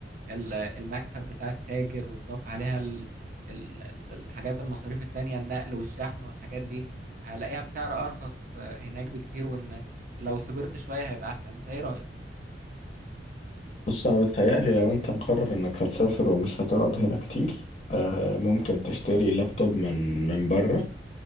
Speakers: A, on the right; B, on the left.
A: ال- المكسب بتاع التاجر وتضاف عليها ال- ال- الحاجات المصاريف التانية النقل والشحن والحاجات دي هلاقيها بسعر أرخص آه، هناك بكتير وإن لو صبرت شوية هيبقى أحسن أنت إيه رأيك؟
B: بص انا بتهيألي لو انت مقرر انك هتسافر ومش هتقعد هنا كتير آه، ممكن تشتري لابتوب من من بره